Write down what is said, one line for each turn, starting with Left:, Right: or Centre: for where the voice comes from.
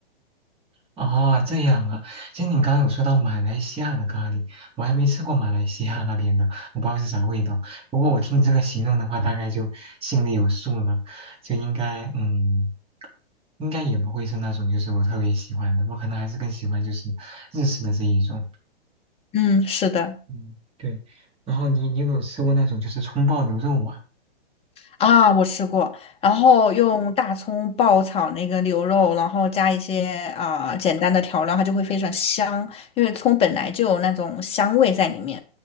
Right: 啊，这样啊，其实你刚刚有说到马来西亚的咖喱，我还没吃过马来西亚那边的，我不知道是啥味道。不过我听你这个形容的话，大概就心里有数了，就应该，嗯，应该也不会是那种就是我特别喜欢的，我可能还是更喜欢就是日式的这一种。
Left: 嗯，是的，
Right: 嗯，对。然后你你有没有吃过那种就是葱爆牛肉啊？
Left: 啊，我吃过，然后用大葱爆炒那个牛肉，然后加一些啊、简单的调料，它就会非常香，因为葱本来就有那种香味在里面。